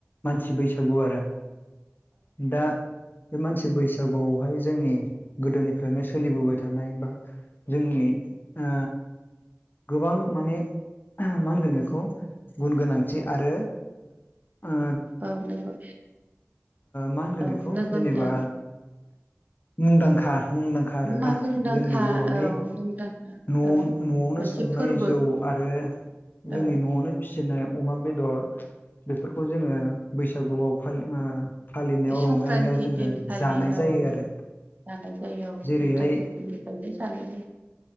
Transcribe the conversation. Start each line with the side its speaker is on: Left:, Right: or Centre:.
Left: मानसि बैसागु आरो दा बे मानसि बैसाग बैसागुआवहाय जोंनि गोदोनिफ्रायनो सोलिबोबाय थानाय बा जोंनि आ गोबां माने मा होनगोन बेखौ गुन गोनांथि आरो आ
Right: औ नंगौ
Left: मा होनगोन
Right: औ
Left: बेखौ
Right: नंगौ
Left: जेनेबा
Right: नोंथां
Left: मुंदांखा मुंदांखा आरोना
Right: मा मुंदांखा
Left: जोंनि बर'नि
Right: औ मुंदांखा
Left: न'
Right: औ
Left: न'आवनो
Right: मोनसे
Left: स
Right: फोरबो
Left: नाय जौ आरो जोंनि
Right: औ
Left: न' नआवनो फिसिनाय अमा बेदर बेफोरखौ जोङो बैसागुआव फालि आ फालिनायाव
Right: संक्रान्ति
Left: रंजानायाव जोङो
Right: दिनखालि
Left: जानाय
Right: औ
Left: जायो आरो
Right: जानाय जायो औ
Left: जेरैहाय
Right: भुटान गफनिफ्रायनो जानाय जायो <inaudible>